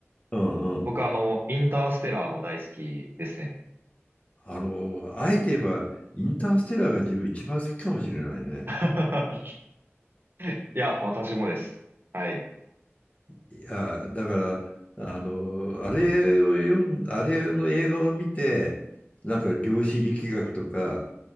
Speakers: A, on the left (about 30°); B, on the right (about 50°).
A: うんうん。
B: 僕あの、インターステラーも大好きですね。
A: あの、あえて言えば、インターステラーが自分一番好きかもしれないね。
B: <laughs> いや、私もです。はい。
A: や、だから、あの、あれを読ん、あれの映画を見て、なんか量子力学とか、